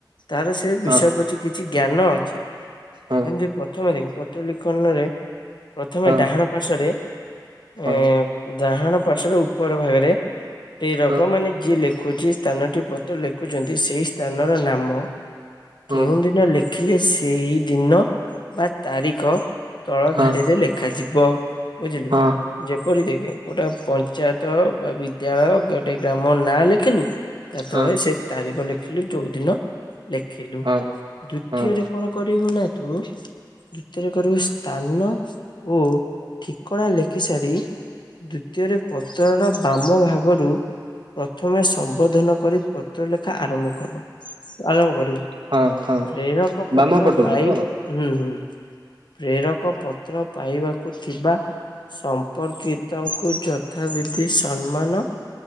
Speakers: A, on the left (about 75°); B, on the right (about 80°).
A: ତାର ବିଷୟ
B: ହଁ
A: ପତି କିଛି ଜ୍ଞାନ ଅଛି,
B: ହଁ
A: ଯେମିତି ପ୍ରଥମେ ଦେଖେ ପତ୍ର ଲିଖନରେ ପ୍ରଥମେ
B: ହଁ
A: ଡାହାଣ ପାର୍ଶ୍ଵରେ
B: ହଁ
A: ଏଁ ଡାହାଣ ପାର୍ଶ୍ଵର ଉପର ଭାଗରେ ଏଇରକ
B: ହଁ
A: ମାନେ ଯିଏ ଲେ ଖୁଛି ସ୍ଥାନଟି ପତ୍ର ଲେଖୁଛନ୍ତି ସେଇ ସ୍ଥାନର ନାମ।
B: ହଁ
A: କେଉଁଦିନ ଲେଖିଲେ ସେଇ ଦିନ ବା ତାରିଖ ତଳ
B: ହଁ
A: ଧାଡ଼ିରେ ଲେ ଖାଯିବ, ବୁଝିଲୁ?
B: ହଁ
A: ଯେପରି ଦେଖେ ଗୋଟେ ପଞ୍ଚାୟତ ବା ବିଦ୍ୟାଳୟ ଗୋଟେ ଗ୍ରାମର ନାଁ ଲେଖିଲୁ ତା
B: ହଁ
A: ତଳେ ସେ ତାରିଖ ଲେଖିଲୁ ଯୋଉ ଦିନ ଲେଖିଲୁ,
B: ହଁ
A: ଦୁତୀୟରେ
B: ହଁ
A: କଣ? କଣ କରିବୁନା ତୁ ତୃତୀୟରେ କରିବୁ ସ୍ଥାନ ଓ ଠି କଣା ଲେଖିସାରି, ତୃତୀୟରେ ପ ଉତରର ବାମ ଭାଗରୁ ପ୍ରଥମେ ସମ୍ବୋଧନ କରି ପତ୍ର ଲେଖା ଆରମ୍ଭ କର୍, ବ ଆରମ୍ଭ କରିବୁ।
B: ହଁ, ହଁ,
A: ପ୍ରେରକ ପତ୍ର
B: ବାମ ପଟରୁ
A: ପାଇ
B: ତ?
A: ହୁଁ, ହୁଁ। ପ୍ରେରକ ପତ୍ର ପାଇବାକୁ ଥିବା ସମ୍ପର୍କିତଙ୍କୁ ଯଥାବିଧି ସମ୍ମାନ